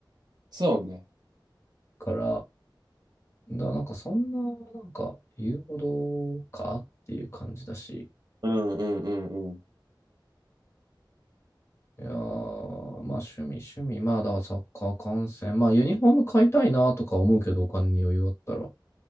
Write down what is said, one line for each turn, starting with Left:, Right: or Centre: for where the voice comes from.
Right: そうね。
Left: から、だからなんかそんな、なんか言うほどかっていう感じだし、
Right: うんうんうんうん。
Left: いやー、まあ趣味趣味、まあだからサッカー観戦、まあユニフォーム買いたいなとか思うけど、お金に余裕あったら。